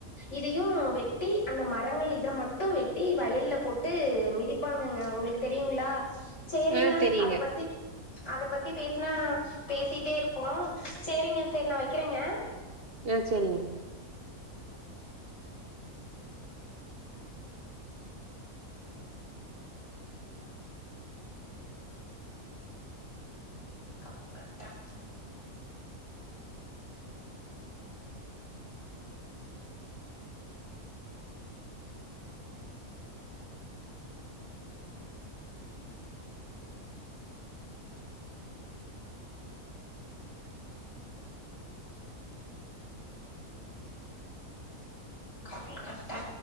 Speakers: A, on the left; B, on the right.
A: இதையு வெட்டி அந்த மரங்கள் இத மட்டு வெட்டி வயல்ல போட்டு மிதிப்பாங்கங்க உங்களுக்கு தெரியுங்களா சேரிங்க
B: ஆ தெரியுங்க
A: அத பத்தி அத பத்தி பேசினா பேசிட்டே இருப்போ செரிங்க செரி நா வைக்கிறேங்க
B: ஆஹ் செரிங்க
A: கட்ட <inaudible> கால் கட்ட